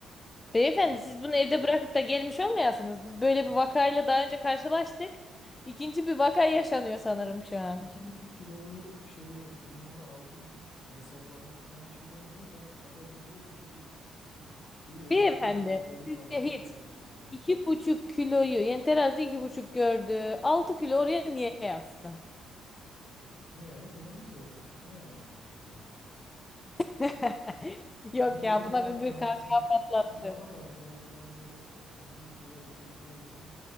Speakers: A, on the left (about 20°); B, on the left (about 55°).
A: Beyefendi
B: Heh,
A: siz bunu evde bırakıp da gelmiş olmayasınız. Biz böyle
B: bak.
A: bir vakayla daha önce karşılaştık. İkinci bir vaka yaşanıyor sanırım şu an.
B: iki buçuk kilolu şey limonu altı buçuk hesaplanmış ona bir şey demiyor. Ben kabaca diyorum ki bir buçuk iki buçuk çıkıyor. Yani
A: Beyefendi
B: o bir, bir kiloluk
A: sizce
B: farka
A: hiç
B: itiraz ediyor ya.
A: iki buçuk kiloyu yani terazide iki buçuk gördü. Altı kilo oraya niye yazsın?
B: Ne yaz? Yanlış yazmış. Ne yanılacak yani?
A: <laughs> Yok
B: Bir, bir
A: ya
B: bir de
A: buna
B: ben
A: bir,
B: tamam
A: bir kahkaha
B: siz
A: patlatırım.
B: siz bana bakın belki ben bir e, 100 lira 200 lira için